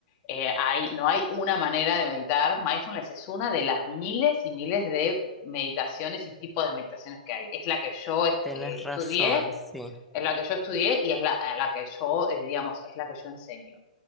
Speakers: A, on the left; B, in the centre.
A: Eh, hay, no hay una manera de meditar. Mindfulness es una de las miles y miles de meditaciones y tipos de meditaciones que hay. Es la que yo est-
B: Tenés
A: eh, estudié,
B: razón, sí.
A: es la que yo estudié y es la, a la que yo, eh, digamos, es la que yo enseño.